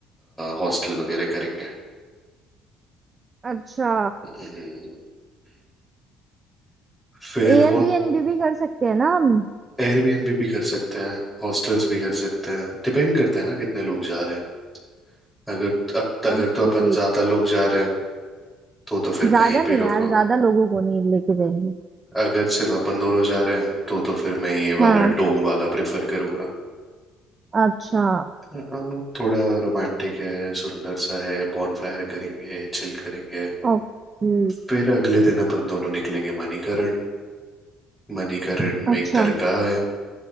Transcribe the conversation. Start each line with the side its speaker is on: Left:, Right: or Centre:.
Centre: हॉस्टल वगैरह करेंगे
Right: अच्छा
Centre: हम्म। फिर
Right: एयरबीएनबी भी कर सकते हैं ना हम
Centre: एयरबीएनबी भी कर सकते हैं हॉस्टल्स भी कर सकते हैं डिपेंड करता है ना कितने लोग जा रहे हैं अगर अब अगर
Right: ओके
Centre: तो अपन ज्यादा लोग जा रहे हैं तो तो फिर
Right: ज्यादा
Centre: कहीं
Right: नहीं
Centre: भी रुको
Right: यार ज्यादा लोगों को नहीं लेके जाएंगे
Centre: अगर सिर्फ अपन दोनों जा रहे हैं तो तो फिर मैं ये
Right: हाँ
Centre: वाला डोम वाला प्रेफर करूंगा
Right: अच्छा
Centre: अ, थोड़ा रोमांटिक है सुंदर सा है बॉनफायर करेंगे चिल करेंगे
Right: ओके
Centre: फिर अगले दिन अपन दोनों निकलेंगे मणिकरण मणिकरण में
Right: अच्छा
Centre: एक दरगाह है